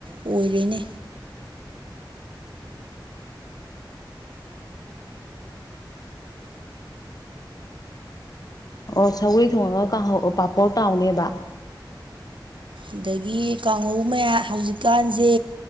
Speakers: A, on the right (about 85°); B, on the left (about 50°).
A: ꯑꯣꯏꯔꯦꯅꯦ
B: ꯑꯣ ꯁꯒꯔꯤ ꯊꯣꯡꯉꯒ ꯄꯥꯄꯣꯔ ꯇꯥꯎꯅꯦꯕ
A: ꯑꯗꯒꯤ ꯀꯥꯡꯉꯧ ꯃꯌꯥꯝ ꯍꯧꯖꯤꯛꯀꯥꯟꯁꯦ